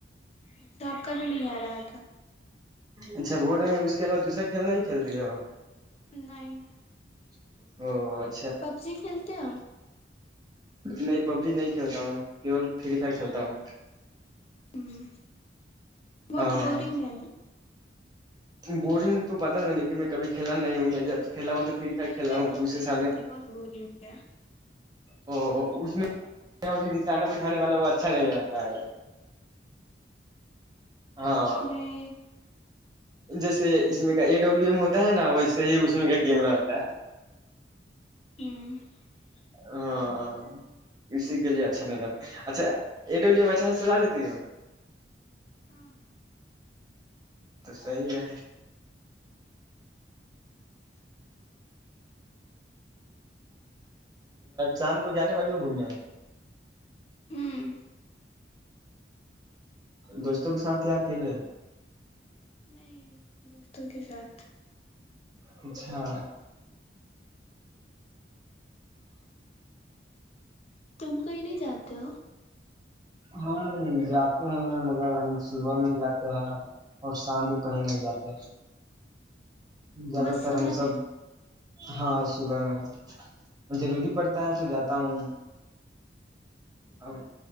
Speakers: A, on the left; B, on the right.
A: ایسا آپ کا بھی نہیں آ رہا تھا
B: اچھا بول رہے ہیں اس کے علاوہ دوسرا کھیل نہیں کھیلتی ہے
A: نہیں
B: <unintelligible>
A: پب جی کھیلتے ہو
B: نہیں پب جی نہیں کھیلتا ہوں فری فائر چلتا ہوں
A: <unintelligible> بہت
B: ہاں ہاں
A: بورورنگ ہے نا
B: بورنگ تو پتاہ نا لیکن میں کبھی کھیلا نہیں ہوں میں جب کھیلا ہوں تو فری فائر
A: نہیں
B: کھیلا
A: میں ایک
B: ہوں
A: پر
B: تو اس کے
A: ٹرائی
B: سامنے
A: کی تھی بہت بری ہویا
B: او اس میں نانا بٹھانے والا وہ اچھا نہیں رہتا ہے ہاں
A: اس میں
B: جیسے اس میں کا ا ڈبلو ایم ہوتا ہے نا ویسے ہی اس میں کا کیمرا ہوتا ہے
A: <unintelligible>
B: ہاں اسی کے لیے اچھا نہیں لگتا اچھا اچھا سےچلا لیتی ہو
A: ہاں
B: صحیح ہے شام کو جانے والی ہوں گھومنے
A: ہوں
B: دوستوں کے ساتھ کیا اکیلے
A: نہیں دوستوں کے ساتھ
B: اچھا
A: تم کہیں نہیں جاتے ہو
B: ہم جاتے ہیں مگر ہم صبح میں جاتے ہیں اور شام کو کہیں نہیں جاتے ہیں زیادہ
A: بس
B: تر
A: صبح
B: ہم س
A: میں
B: ہاں صبح میں ضروری پڑتا ہے تو جاتا ہوں اب